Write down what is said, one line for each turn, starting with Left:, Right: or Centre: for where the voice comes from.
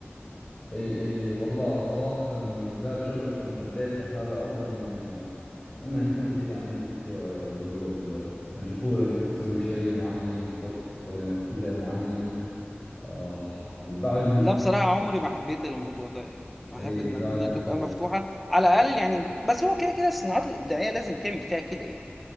Left: اي اي والله صراحة مجال شغلكم حبيته هذا افضل من من انه يكون كذا عندك آه، اللي هو ال- مجبور انت تسوي شيء معين في وقت آه، كذا معين آه، وبعد انك
Centre: لا بصراحه عمري ما حبيت الموضوع ده يعني انا
Left: اي
Centre: احب ان
Left: بعد
Centre: الدنيا تبقى مفتوحه على الاقل يعني بس هو كده كده الصناعات الابداعيه لازم تعمل فيها كده يعني